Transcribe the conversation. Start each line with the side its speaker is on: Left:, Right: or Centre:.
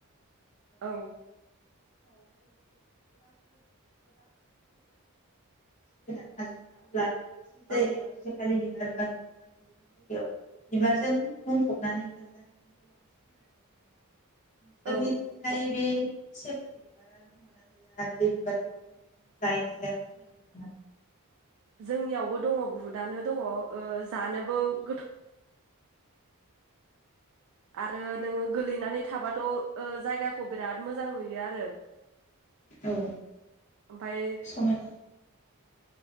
Right: औ
Left: <unintelligible> ओ <unintelligible> <unintelligible> जि
Right: औ
Left: जायगायाव सेफालि बि <unintelligible> बिबारजों बुंफबनानै गोलैना थानाय <unintelligible> नोंसोरनिथिं
Right: ओ
Left: जाय बे सेपालि बिबारा दंङना गैया आरो बे बिबारखौ जायो ना जाया फोरमायनो हागोन ना
Right: जोंनियावबो दङ बुहुतआनो दङ ओ जानोबो गोथाव आरो नोङो गोलैनानै थाबाथ' ओ जायगाखौ बिराद मोजां नुयो आरो
Left: औ
Right: ओमफाय
Left: समायना